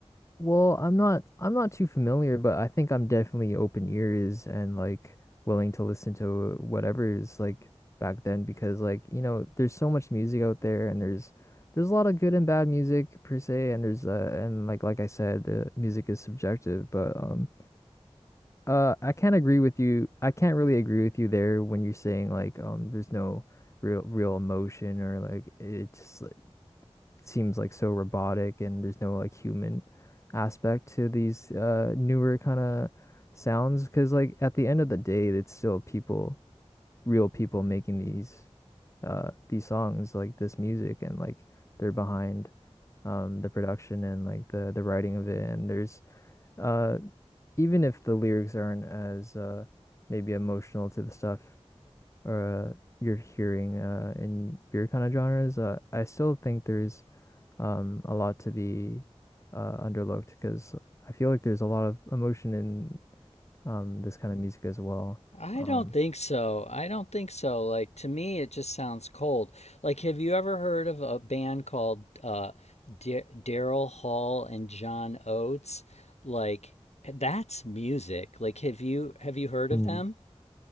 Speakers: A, on the left; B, on the left.
A: Well, I'm not I'm not too familiar, but I think I'm definitely open ears and like willing to listen to whatever is like back then because like, you know, there's so much music out there and there's there's a lot of good and bad music per se and there's uh and like like I said, uh, music is subjective, but um uh I can't agree with you. I can't really agree with you there when you're saying like um there's no real real emotion or like it's it seems like so robotic and there's no like human aspect to these uh newer kind of sounds because like at the end of the day it's still people real people making these uh these songs like this music and like they're behind um the production and like the the writing of it and there's uh even if the lyrics aren't as uh maybe emotional to the stuff or uh, you're hearing uh in your kind of genres uh I still think there's um, a lot to be uh, underlooked because I feel like there's a lot of emotion in um, this kind of music as well.
B: i
A: Um,
B: don't think so i don't think so like to me it just sounds cold like have you ever heard of a band called uh D- daryl hall and john oates like that's music like have you have you heard of
A: Mm.
B: them